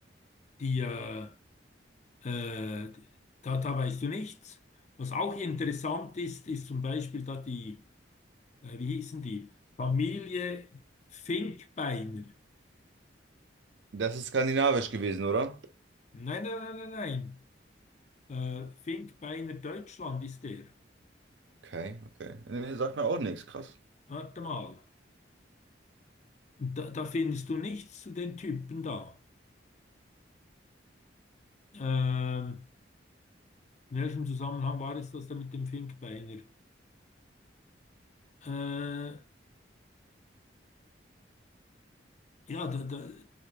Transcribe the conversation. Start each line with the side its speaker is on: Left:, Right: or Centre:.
Left: die, äh, äh, da, da weißt du nichts. Was auch interessant ist, ist zum Beispiel da die, äh, wie hießen die? Familie Finkbeiner.
Right: Das ist skandinavisch gewesen, oder?
Left: Nein, nein, nein, nein, nein. Äh, Finkbeiner Deutschland ist der.
Right: Okay, okay. Nee, sagt mir auch nichts, krass.
Left: Warte mal. Da, da findest du nichts zu den Typen da. Ähm, in welchem Zusammenhang war es das da mit dem Finkbeiner? Äh, ja, da, da,